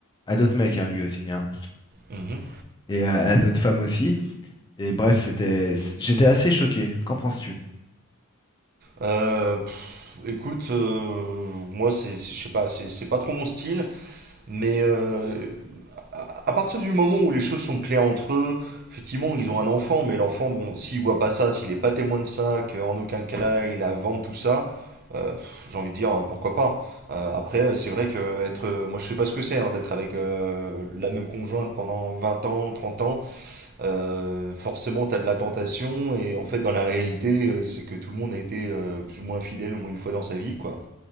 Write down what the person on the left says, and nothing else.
À d'autres mecs, hein, lui aussi. hein,
Et à à d'autres femmes aussi. Et bref, c'était. J'étais assez choqué. Qu'en penses-tu?